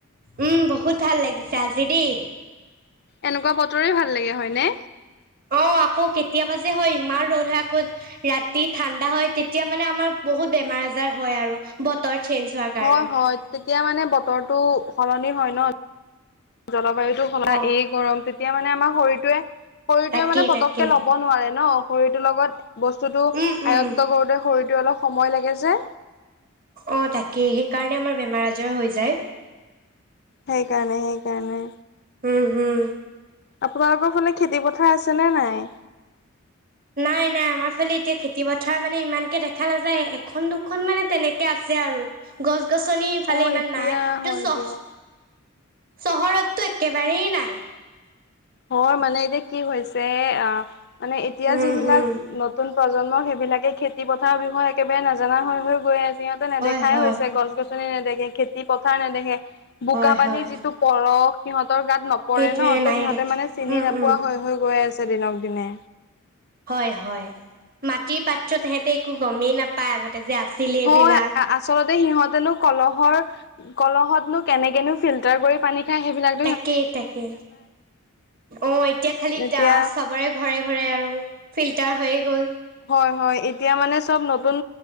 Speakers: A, on the right; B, on the left.
A: উম বহুত ভাল লাগিছে আজি দেই।
B: এনেকুৱা বতৰেই ভাল লাগে হয়নে?
A: অ আকৌ কেতিয়াবা যে হয় ইমান ৰ'দে হয় আকৌ ৰাতি ঠাণ্ডা হয় তেতিয়া মানে আমাৰ বহুত বেমাৰ-আজাৰ হয় আৰু বতৰ চেঞ্জ। হোৱাৰ কাৰণে
B: হয় হয়, তেতিয়া মানে বতৰটো সলনি হয় ন। জলবায়ুটো সলায়
A: অঁ
B: এই গৰম তেতিয়া মানে আমাৰ শৰীৰটোৱে। শৰীৰটোৱে
A: তাকেই
B: মানে পতককে
A: তাকে
B: ল'ব নোৱাৰে ন শৰীৰটোৰ লগত বস্তুটো
A: উম উম
B: আয়ত্ত কৰোতে শৰাৰটোৰ অলপ সময় লাগে যে।
A: অ তাকেই সেইকাৰণে আমাৰ বেমাৰ আজাৰ হৈ যায়।
B: সেইকাৰণে সেইকাৰণে।
A: উম, হুম।
B: আপোনালোকৰ ফালে খেতিপথাৰ আছেনে নাই?
A: নাই নাই আমাৰ ফালে এতিয়া খেতি পথাৰ মানে ইমানকে দেখা নাযায় এখন দুখন মানে তেনেকে আছে আৰু। গছ-গছনি ইফালে
B: অ
A: ইমান
B: এতিয়া
A: নাই কিন্তু
B: হয়
A: চহ
B: দিয়ক
A: চহৰতটো একেবাৰেই নাই।
B: হয় মানে এতিয়া কি হৈছে, আহ, মানে এতিয়া
A: উম
B: যিবিলাক
A: হম
B: নতু নতুন প্ৰজন্ম সেইবিলাকে খেতি পথাৰৰ বিষয়ে একেবাৰে নাজানা হৈ হৈ গৈ আছে। সিহঁতে নেদেখাই
A: হয় হয়
B: হৈছে, গছ-গছনি নেদেখে খেতি পথাৰ নেদেখে, বোকা
A: হয়
B: পানীৰ
A: হয়
B: যিটো পৰস সিহঁতৰ গাত নপৰে
A: সেইটোৱে
B: ন ত'
A: নাই
B: সিহঁতে
A: দেখা
B: তে মানে চিনি
A: উম
B: নোপোৱা
A: উম
B: হৈ হৈ গৈ আছে দিনক দিনে।
A: হয় হয়, মাটিৰ পাত্ৰত হেঁতে একো গমেই নাপায় আগতে যে আছিল এইবিলাক।
B: হয় আচলতে সিহঁতেনো কলহৰ কলহতনো কেনেকেনো ফিল্টাৰ কৰি পানী খায় সেইবিলাক
A: তাকেই তাকে, অ এতিয়া খালি <unintelligible>
B: এতিয়া
A: চবৰে। ঘৰে ঘৰে আৰু ফিল্টাৰ হৈয়ে গ'ল
B: হয় হয় এতিয়া মানে চব নতুন